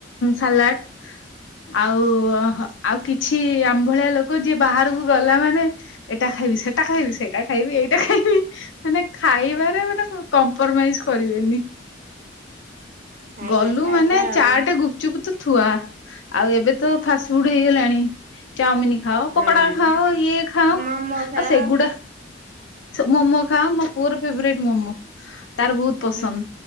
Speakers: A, on the left; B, on the right.
A: ସାଲାଡ। ଆଉ ଆଉ କିଛି ଆମ୍ଭଳିଆ ଲୋକ ଯିଏ ବାହାରକୁ ଗଲା ମାନେ ଏଇଟା ଖାଇବି ସେଟା ଖାଇବି ସେଇଟା ଖାଇବି ଏଇଟା ଖାଇବି ମାନେ ଖାଇବାରେ ମାନେ କମ୍ପ୍ରମାଇଜ କରିବେନି।
B: ଖାଇବା
A: ଗଲୁ
B: ତ
A: ମାନେ
B: ଆଗ ଆଉ
A: ଚାଟ୍ ଗୁପଚୁପ ତ ଥୁଆ ଆଉ ଏବେ ତ ଫାଷ୍ଟ ଫୁଡ ହେଇଗଲାଣି। ଚାଓମିିନ ଖାଅ ପକୋଡା
B: ହଁ
A: ଖାଅ ଇଏ ଖାଅ
B: ମୋମୋ ଖାଅ
A: ଆ ସେଗୁଡା। ମୋମୋ ଖାଅ ମୋ ପୁଅର ଫେବରେଟ ମୋମୋ ତାର ବହୁତ ପସନ୍ଦ।
B: ହୁଁ।